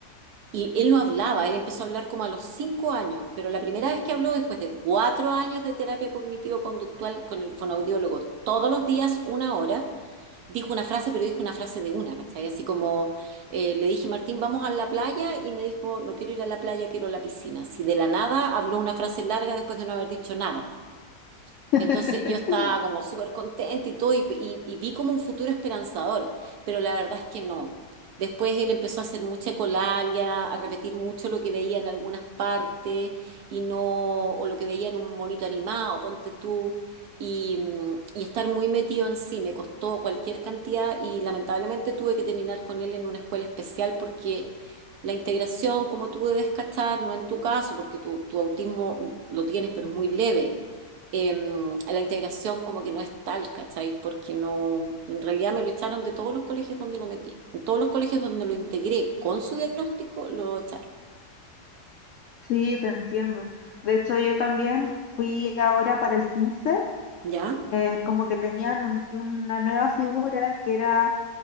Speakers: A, on the right; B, on the left.
A: Y él no hablaba, él empezó a hablar como a los cinco años, pero la primera vez que habló, después de cuatro años de terapia cognitivo-conductual con el fonoaudiólogo, todos los días una hora, dijo una frase, pero dijo una frase de una, ¿cachai? Así como eh, le dije, Martín, vamos a la playa, y me dijo, no quiero ir a la playa, quiero a la piscina. Así de la nada habló una frase larga después de no haber dicho nada.
B: <laughs>
A: Entonces yo estaba como súper contenta y todo y, y- y vi como un futuro esperanzador, pero la verdad es que no. Después él empezó a hacer mucha ecolalia, a repetir mucho lo que veía en algunas partes y no, o lo que veía en un monito animado, ponte tú, y, mm, y estar muy metido en sí, me costó cualquier cantidad y lamentablemente tuve que terminar con él en una escuela especial porque la integración, como tú debes cachar, no en tu caso, porque tu tu autismo lo tienes, pero es muy leve eh, la integración como que no es tal, ¿cachai? Porque no, en realidad me lo echaron de todos los colegios donde lo metí. En todos los colegios donde lo integré con su diagnóstico, lo echaron.
B: sí, te entiendo. De hecho, yo también fui ahora para el CINSE
A: ¿Ya?
B: eh, como que tenían un- una nueva figura que era